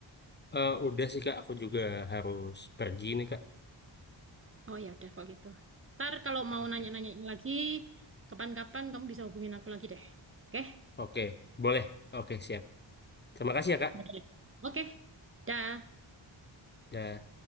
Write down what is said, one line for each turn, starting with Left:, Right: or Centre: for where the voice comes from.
Left: Eh, udah sih Kak, aku juga harus pergi nih Kak.
Right: Oh ya udah kok gitu. Ntar kalau mau
Left: Oke.
Right: nanya-nanya lagi, kapan-kapan kamu bisa hubungin aku lagi deh. Oke?
Left: Oke, boleh. Oke, siap. Terima kasih ya Kak.
Right: Oke. Oke. Dah.
Left: Dan